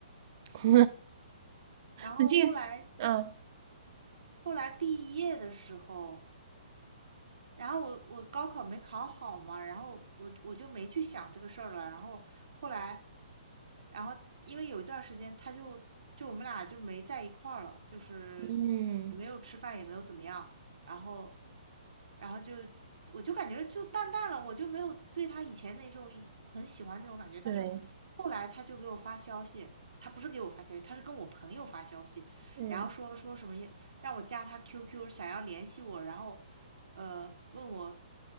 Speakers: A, on the right; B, on the right.
A: <laughs>
B: 然后后来
A: 那这个，嗯，
B: 后来毕业的时候。然后我我高考没考好嘛，然后我我就没去想这个事儿了。然后后来，然后因为有一段时间，他就就我们俩就没在一块儿了，就是也没有吃饭，
A: 嗯
B: 也没有怎么样。然后，然后就我就感觉就淡淡了，我就没有对他以前那种很喜欢那种感觉。但是后来他就给我发消息，
A: 对，
B: 他不是给我发消息，他是跟我朋友发消息，
A: 嗯
B: 然后说说什么也让我加他 QQ，想要联系我，然后。呃问我